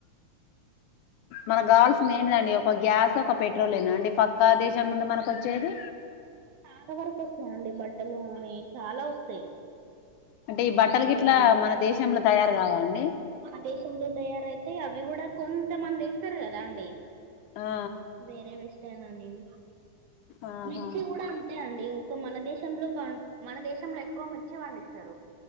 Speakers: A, on the left (about 80°); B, on the right (about 75°).
A: మనకు కావాల్సింది ఏంటిదండి ఒక గ్యాస్ ఒక పెట్రోలే ఏనా అండి పక్కా దేశం నుండి మనకు వచ్చేది.
B: చాలా వరకు వస్తాండి. బట్టలు అని చాలా వస్త
A: అంటే ఈ బట్టలు గిట్లా
B: గాని
A: మన దేశంలో తయారు కావండి
B: మన దేశంలో తయారయితే అవి కూడా కొంతమంది ఇస్తారు. కదా అండి
A: ఆ
B: వేరే విస్తే న నేం
A: ఆహా
B: మిర్చి కూడా అంతే అండి. ఒక మన దేశంలో ప మన దేశంలో ఎక్కువ మిర్చి పండిస్తారు.